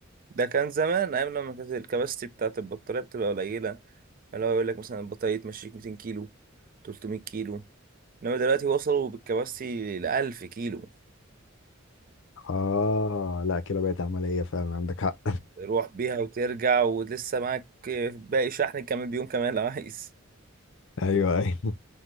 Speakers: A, on the right (about 45°); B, on the left (about 65°).
A: ده كان زمان أيام لما كانت الكباستي بتاعت البطارية بتبقى قليلة اللي هو يقول لك مثلا البطارية تمشيك 200 كيلو 300 كيلو إنما دلوقتي وصلوا بالكباستي ل 1000 كيلو
B: اه لا كده بقت عملية فعلا عندك حق
A: تروح بيها وترجع ولسه معاك باقي شحن كمان بيوم كمان لو عايز
B: <laughs> ايوه ايوه